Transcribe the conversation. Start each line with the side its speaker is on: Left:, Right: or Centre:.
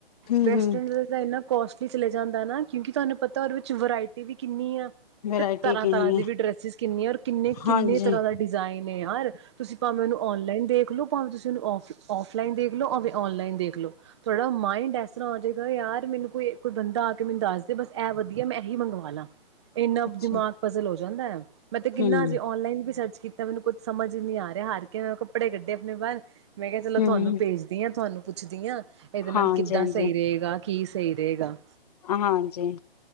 Left: ਹੂੰ-ਹੂੰ।
Right: ਵੈਸਟਰਨ ਡਿਜ਼ਾਇਨਾਂ ਕੋਸਟਲੀ ਚਲੇ ਜਾਂਦੈ ਨਾ ਕਿਉਂਕਿ ਤੁਆਨੂੰ ਪਤਾ ਉਹਦੇ ਵਿੱਚ ਵਰਾਇਟੀ ਵੀ ਕਿੰਨੀ ਆ।
Left: ਵਰਾਇਟੀ
Right: ਤੇ ਤਰ੍ਹਾਂ-ਤਰ੍ਹਾਂ
Left: ਕਿੰਨੀ
Right: ਦੀ
Left: ਏ,
Right: ਵੀ ਡਰੈਸਿਸ ਕਿੰਨੀਆਂ ਔਰ ਕਿੰਨੇ-ਕਿੰਨੇ
Left: ਹਾਂਜੀ-ਹਾਂਜੀ,
Right: ਤਰ੍ਹਾਂ ਦਾ ਡਿਜ਼ਾਇਨ ਏ ਯਾਰ ਤੁਸੀਂ ਭਾਵੇਂ ਉਹਨੂੰ ਔਨਲਾਈਨ ਦੇਖ ਕਲੋਂ ਪਾਵ ਤੁਸ <unintelligible> ਔਫ ਔਫਲਾਈਨ ਦੇਖ ਲੋ ਐਂਦੇ ਔਨਲਾਈਨ ਦੇਖ ਲੋ। ਤੁਆਡਾ ਮਾਇੰਡ ਐਸਰ੍ਹਾਂ ਹੋ ਜਾਏਗਾ ਯਾਰ ਮੈਨੂੰ ਕੋਈ ਕੋਈ ਬੰਦਾ ਆ ਕੇ ਮੈਨੂੰ ਦੱਸ ਦੇ ਬਸ ਇਹ ਵਧੀਆ ਮੈਂ ਇਹੀ ਮੰਗਵਾ ਲਾਂ ਇੰਨਾ
Left: ਅੱਛਾ
Right: ਦਿਮਾਗ ਪਜ਼ਲ ਹੋ ਜਾਂਦਾ ਹੈ ਮੈਂ ਤੇ ਕਿੰਨਾ
Left: ਹੂੰ।
Right: ਅਜੇ ਔਨਲਾਈਨ ਵੀ ਸਰਚ ਕੀਤਾ ਮੈਨੂੰ ਕੁੱਝ ਸਮਝ ਹੀ ਨਹੀਂੀ ਆ ਰਿਹਾ ਹਾਰ ਕੇ ਮੈਂ ਕੱਪੜੇ ਕੱਢੇ ਆਪਣੇ ਬਾਹਰ ਮੈਂ ਕਿਹਾ ਚਲੋ
Left: ਹੂੰ,
Right: ਤੁਹਾਨੂੰ ਭੇਜਦੀ ਹਾਂ ਤੁਹਾਨੂੰ ਪੁੱਛਦੀ ਹਾਂ ਇਹਦੇ ਨਾਲ
Left: ਹਾਂਜੀ-ਹਾਂਜੀ।
Right: ਕਿੱਦਾਂ ਸਹੀ ਰਹੇਗਾ ਕੀ ਸਹੀ ਰਹੇਗਾ
Left: ਹਾਂਜੀੀ